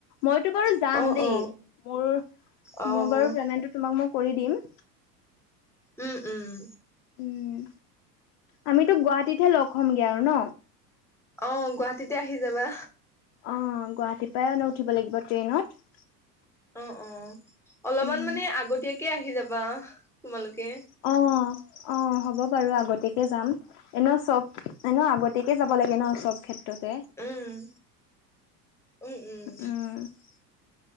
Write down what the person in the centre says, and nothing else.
অ',
অ'।
অ',
উম, উম।
অ', গুৱাহাটীতে আহি যাবা।
অ', অ', অলপমান
মানে আগতীয়াকে আহি যাবা তোমালোকে।
উম, উম-উম।